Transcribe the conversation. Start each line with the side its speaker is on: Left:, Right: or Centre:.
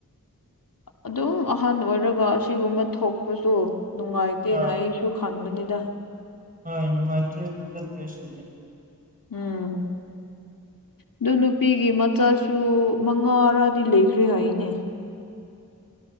Left: ꯑꯗꯨꯝ ꯑꯍꯟ ꯑꯣꯏꯔꯒ ꯑꯁꯤꯒꯨꯝꯕ ꯊꯣꯛꯄꯁꯨ ꯅꯨꯡꯉꯥꯏꯇꯦꯅ
Right: ꯍꯣꯏ
Left: ꯑꯩꯁꯨ ꯈꯟꯕꯅꯤꯗ
Right: ꯍꯣꯏ ꯅꯨꯅꯨꯡꯉꯥꯏꯇ꯭ꯔꯦ ꯐꯖꯗ꯭ꯔꯦꯁꯤꯦ
Left: ꯎꯝ ꯑꯗꯨ ꯅꯨꯄꯤꯒꯤ ꯃꯆꯥꯁꯨ ꯃꯉꯥꯔꯗꯤ ꯂꯩꯈ꯭ꯔꯦ ꯍꯥꯏꯅꯦ